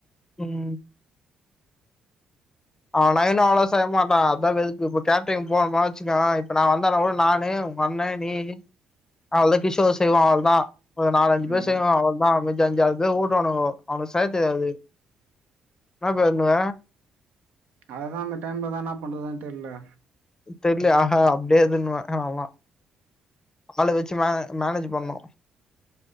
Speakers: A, on the left; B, on the right.
A: ம் அவனா இன்னு அவ்ளோதா செய்ய மாட்டா அதா வெல்து இப்ப கேட்ரிங் போ போனா வச்சுக்கோ இப்ப நா வந்தனா கூட நானே ஒங் அண்ணெ நீ அவ்ளோதா கிஷோர் செய்வா அவ்ளோதா ஒரு நாலஞ்சு
B: ம்.
A: பேர் செய்வோ அவ்ளோதா அஞ்சு அஞ்சாரு பேரு ஓடுவானுங்க அவனுகு செய்ய தெரியாது என்ன பண்ணுவ
B: அததா அந்த டைம்ல தா என்ன பண்றதுனு தெர்ல
A: தெர்லயா ஆகா அப்டியே இதுன்னுவே அதனாலதா ஆளு வச்சு மே மேனேஜ் பண்ணணு